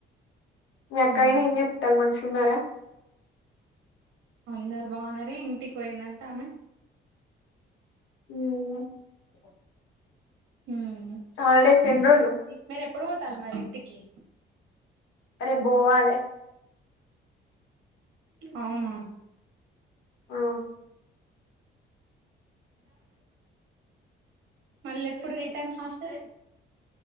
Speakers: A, on the left; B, on the right.
A: మీ ఆక్కయిని
B: హ్మ్
A: ఏం జేత్తాల్ మంచి తిన్నారా
B: అందరు బాగున్నారి ఇంటికి పోయిందంట ఆమె
A: <inaudible>
B: ఉమ్
A: హాలిడేస్
B: <inaudible>
A: ఎన్ని రోజులు
B: ఎప్పుడు పో తల్ మరి ఇంటికి
A: రేపు పోవాలే
B: అవునా
A: ఆ
B: మళ్ళెప్పుడు రిటర్న్ హాస్టల్